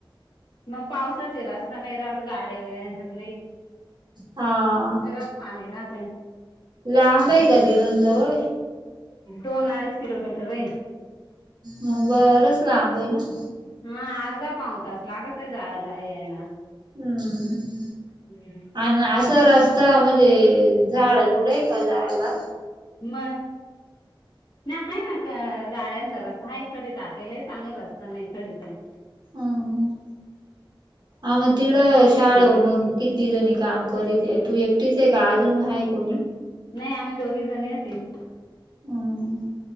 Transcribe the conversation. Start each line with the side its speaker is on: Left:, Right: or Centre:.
Left: मग पावसाचे रस्ता नाही राहत गाडी म्हणून
Right: हां
Left: सगळं पाणी राहतय
Right: लांबयेंका का दिडून जवळेयं?
Left: दोन अडीच किलोमीटर रें
Right: मग बरच लांबय नां.
Left: हां अर्धा पाऊण तास लागतं जायला यायला
Right: हम्म
Left: हम.
Right: आणि असा रस्ता म्हणजे झाड झुड हेंका जायाला.
Left: मं नाही आहे नां का गाड्यांचा रस्ता आहे खडी टाकलेला आहे चांगल रस्ता नाही खडीचेयं.
Right: हां आम् तीकड
Left: रस्ता नाही
Right: शाळेव
Left: सांगल
Right: मग् किती जणी काम करीतेयं तू एकटीचेयं का अजून हाय कुणी.
Left: नाही आम्ही दोघी जणी हैती.
Right: हम